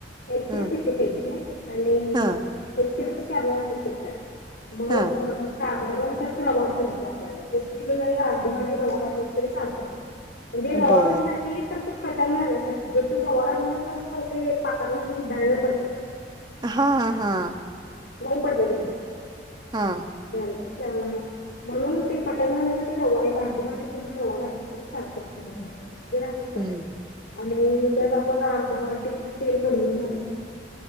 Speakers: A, on the left; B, on the right.
A: एक किलो
B: हा
A: पिट्टी घ्यायची आणि
B: हा
A: एक किलोची करणार आहेस का आता मग
B: हा
A: मग सार आधारण <unintelligible> त्यात रवा मग मग त्यात रवा घालायचा आपल्याला. एक किलोला एक अर्धी वाटी रवा घातलास तरी चालते. म्हणजे रवा
B: बर
A: खान्यासाठी तर ते कठण राहण्यासाठी. तु रवा घातली नाहीस तर कस होतय. पाकात घातलीस तर डायरेक्ट पडते.
B: हा हा.
A: मऊ पडते ते एकदम.
B: हा.
A: <unintelligible> म्हणून ते कटण राहण्यासाठी रवा एक अर्धी वाटी पूर्ण रवा घातली तरी चालते. म्हणजे राहतात
B: हम्म
A: कठीण आणि त्यात आपण अर्धा वाटी तेल कडउन घालायच.